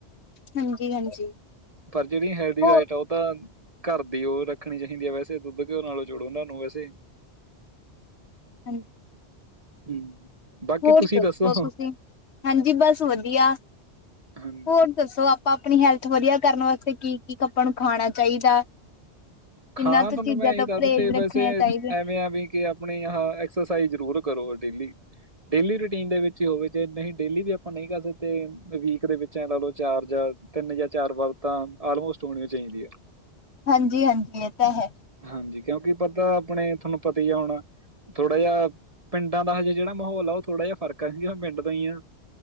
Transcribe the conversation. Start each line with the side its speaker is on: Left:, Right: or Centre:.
Left: ਹਾਂਜੀ ਹਾਂਜੀ
Right: ਪਰ ਜਿਹੜੀ ਹੈਲਦੀ
Left: ਹੋਰ
Right: ਡਾਇਟ ਆ ਉਹ ਤਾਂ ਘਰ ਦੀ ਉਹ ਰੱਖਣੀ ਚਾਹੀਦੀ ਹੈ ਵੈਸੇ ਦੁੱਧ ਘਿਓ ਨਾਲੋਂ ਜੋੁੜੋ ਉਹਨਾਂ ਨੂੰ ਵੈਸੇ
Left: ਹਾਂਜੀ।
Right: ਹਮ ਬਾਕੀ
Left: ਹੋਰ
Right: ਤੁਸੀਂ ਦੱਸੋ?
Left: ਤੁਸੀਂ ਹਾਂਜੀ ਬਸ ਵਧੀਆ ਹੋਰ
Right: ਹਾਂਜੀ
Left: ਦੱਸੋ ਆਪ ਆਪਾਂ ਆਪਣੀ ਹੈਲਥ ਵਧੀਆ ਕਰਨ ਵਾਸਤੇ ਕੀ ਕੀ ਕੱਪਾਂ ਨੂੰ ਖਾਣਾ ਚਾਹੀਦਾ?
Right: ਖਾਣਾ
Left: ਇਹਨਾਂ ਤੋਂ
Right: ਤੁਹਨੂੰ
Left: ਚੀਜ਼ਾਂ
Right: ਮੈਂ ਇਹੀ
Left: ਤੋਂ
Right: ਦੱਸਦ
Left: ਪਰਹੇਜ਼
Right: ਤੇ
Left: ਰੱਖਣੀਆਂ
Right: ਵੈਸੇ
Left: ਚਾਹੀਦੀਆਂ
Right: ਐਵੇਂ ਆ ਵੀ ਕਿ ਆਪਣੇ ਆ ਐਕਸਰਸਾਈਜ਼ ਜ਼ਰੂਰ ਕਰੋ ਡੇਲੀ ਡੇਲੀ ਰੂਟੀਨ ਦੇ ਵਿੱਚ ਹੀ ਹੋਵੇ ਜੇ ਨਹੀਂ ਡੇਲੀ ਵੀ ਆਪਾਂ ਨਹੀਂ ਕਰ ਸਕਦੇ ਵੀਕ ਦੇ ਵਿੱਚ ਲਾ ਲਓ ਚਾਰ ਜਾਂ ਤਿੰਨ ਜਾਂ ਚਾਰ ਵਾਰ ਤਾਂ ਆਲਮੋਸਟ ਹੋਣੀ ਚਾਹੀਦੀ ਆ।
Left: ਹਾਂਜੀ ਹਾਂਜੀ। ਤਾਂ ਹੈ
Right: ਹਾਂਜੀ ਕਿਉਂਕਿ ਪਤਾ ਆਪਣੇ ਤੁਹਾਨੂੰ ਪਤਾ ਹੀ ਆ ਹੁਣ ਥੋੜਾ ਜਿਹਾ ਪਿੰਡਾਂ ਦਾ ਹਜੇ ਜੇੜਾ ਮਾਹੌਲ ਆ ਥੋੜਾ ਜਿਹਾ ਫ਼ਰਕ ਸੀਗਾ ਪਿੰਡ ਦਾ ਹੀ ਆ